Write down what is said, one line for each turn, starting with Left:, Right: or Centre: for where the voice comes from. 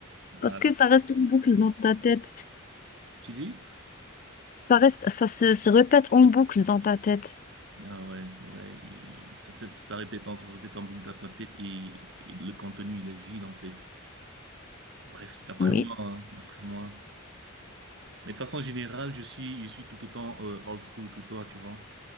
Left: Parce
Right: Ah,
Left: que ça reste en boucle dans ta tête.
Right: tu dis?
Left: Ça reste, ça se, se répète en boucle dans ta tête.
Right: Ah ouais, ouais, et ça, se- ça, se répète, en- ça se répète en boucle dans ta tête et, et le contenu, il est vide, en fait. Bref, c'est d'après
Left: Oui,
Right: moi, hein, d'après moi. Mais de façon générale, je suis, je suis tout autant euh, old school que toi, tu vois.